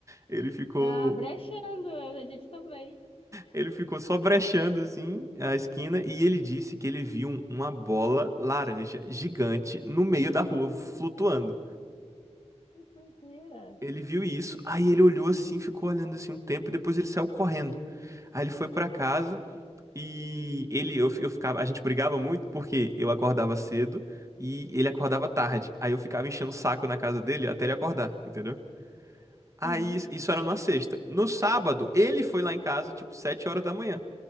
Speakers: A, on the right (about 25°); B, on the left (about 50°).
A: Ele ficou
B: Ah, brechando, a gente também.
A: Ele ficou só brechando assim a esquina e ele disse que ele viu um- uma bola laranja gigante no meio da rua flutuando.
B: Que doideira.
A: Ele viu isso, aí ele olhou assim, ficou olhando assim um tempo e depois ele saiu correndo. Aí ele foi pra casa e ele eu, eu ficava, a gente brigava muito porque eu acordava cedo e ele acordava tarde. Aí eu ficava enchendo o saco na casa dele até ele acordar, entendeu? Aí
B: Uhum.
A: isso era numa sexta. No sábado, ele foi lá em casa tipo sete horas da manhã.